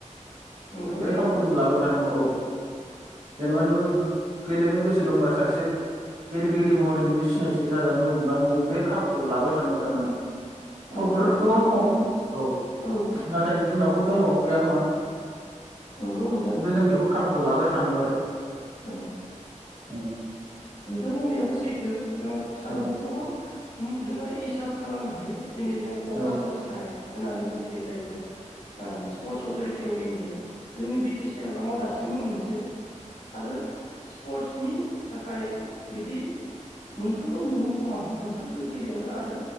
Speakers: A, on the left (about 85°); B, on the right (about 85°).
A: नंगौ
B: बे
A: नोंथां
B: खावखौ जों लाबाय थानांगौ औ। जनेबा नोंङो गेलेनो गोसो दंबा सासे गेलेगिरि महरै नोङो सिनायथि जाजानो लुगैदोबा नोङो बे खाबुखौ लाबाय थानांगौ थारमाने। खम
A: नंगौ
B: बिराद गोबां
A: नोंथां बुंनायाबो
B: खम औ
A: औ
B: नाथाय जोंनावबो दङ गैया नङा।
A: नंगौ नोंथां
B: खिन्थु जों बेखौ खाबुखौ लाबाय। थानांगौ आरो।
A: औ
B: उम।
A: नोंथां बुंनायाबो सैथो जोङो खाबुखौबो
B: औ
A: उम जोङो इसाब खालामनो हायो। दिनै जोङो क'क्राझार
B: औ
A: साइड होननानै मिथि यो जायखौ ओ sports authority city of India जोंनि बि टि सि हालामाव दासि मबो मोनसे आरो स्पर्टसनि था फ्राय बिदि मोनफ्रोमबो महकुमा मोनफ्रोमबो जिल्लायावनो आरो